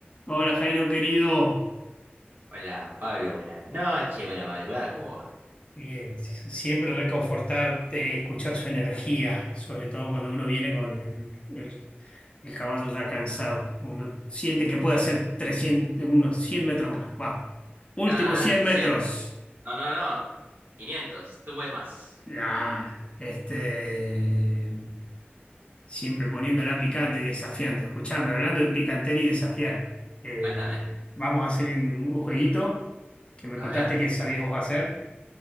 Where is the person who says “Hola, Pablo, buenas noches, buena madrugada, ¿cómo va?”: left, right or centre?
Right